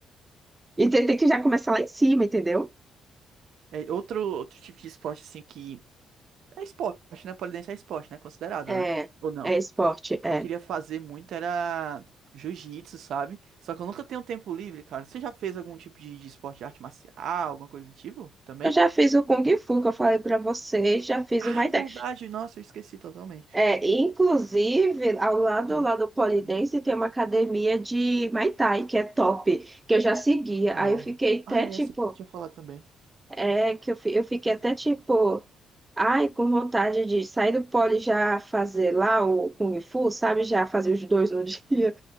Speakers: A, on the right; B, on the right.
A: E tem que já começar lá em cima, entendeu?
B: É outro, outro tipo de esporte, assim, que é esporte, né? Polidense é esporte, né? Considerado,
A: É,
B: né? Ou não?
A: é esporte, é.
B: Eu queria fazer muito era jiu-jitsu, sabe? Só que eu nunca tenho tempo livre, cara. Você já fez algum tipo de, de esporte de arte marcial, alguma coisa do tipo também?
A: Eu já fiz o Kung Fu, que eu falei para vocês, já fiz
B: Ah,
A: uma ideia.
B: verdade. Nossa, eu esqueci totalmente.
A: É, inclusive, ao lado,
B: Hum.
A: ao lado do Polidense
B: Uhum.
A: tem uma academia de Muay Thai, que é top, que eu já seguia.
B: Nó.
A: Aí eu fiquei até
B: Ah, é,
A: tipo,
B: essa que eu tinha falado também.
A: é que eu, fi- eu fiquei até tipo, ai, com vontade de sair do Poli e já fazer lá o Kung Fu, sabe? Já fazer os dois no <laughs> dia.